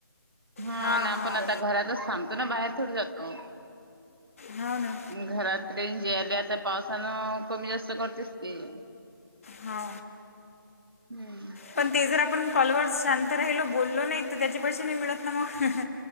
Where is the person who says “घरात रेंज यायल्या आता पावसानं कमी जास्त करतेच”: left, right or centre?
Right